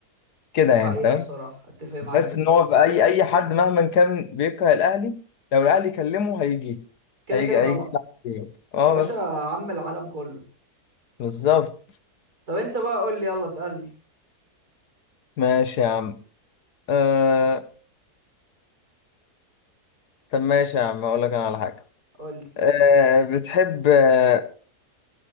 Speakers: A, on the left (about 75°); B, on the right (about 70°).
A: كده
B: حقيقه
A: يعني فاهم
B: بصراحه اتفق معاك
A: تحس
B: جدا
A: ان هو في اي اي حد مهما كان بيكره الاهلي لو الاهلي كلمه هيجي
B: كده
A: هيجي
B: كده
A: هيجي
B: طبعا
A: يلعب فيه. اه
B: يا باشا
A: بس
B: عم العالم كله
A: بالظبط
B: طب انت بقى قول لي يلا اسالني
A: ماشي يا عم آه... طب ماشي يا عم اقول لك انا على حاجه
B: قول لي
A: آه... بتحب آه،